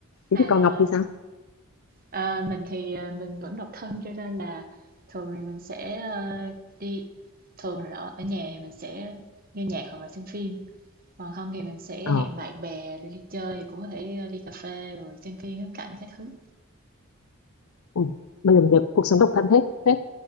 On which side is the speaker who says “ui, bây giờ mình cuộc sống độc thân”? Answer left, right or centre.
Left